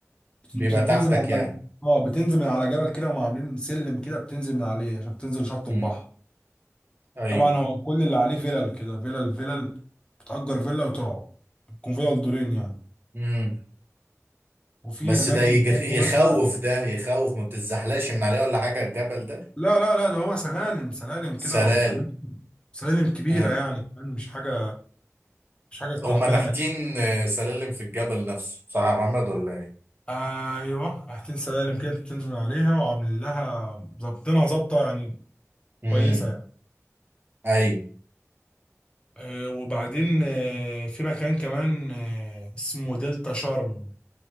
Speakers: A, on the left (about 20°); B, on the right (about 45°).
A: بت-
B: بيبقى
A: بتنزل
B: تحتك
A: من على
B: يعني
A: جبل اه بتنزل من على جبل كده وهم عاملين سلم كده بتنزل من عليه عشان تنزل شط
B: امم
A: البحر
B: ايوه
A: طبعا هو كل اللي عليه فيلل كده فيلل فيلل بتأجر فيلا وتقعد تكون فيلل دورين يعني
B: امم
A: وفي
B: بس
A: أماكن
B: ده يج-
A: تانية
B: يخوف
A: مثلا
B: ده يخوف ما بتتزحلقش من عليه ولا حاجه الجبل ده
A: لا لا لا ده هو سلالم سلالم كده
B: سلال
A: وأماكن سلالم كبيرة
B: آه.
A: يعني كمان مش حاجة مش حاجة تعبانة
B: هم نحتين آه، سلالم في الجبل نفسه صح يا محمد ولا ايه
A: ايوه حاجتين سلالم كده بتنزل عليها وعاملين لها ظابطينها ظابطه يعني
B: امم
A: كويسة يعني
B: ايوه
A: آه، وبعدين آه، في مكان كمان آه، اسمه دلتا شرم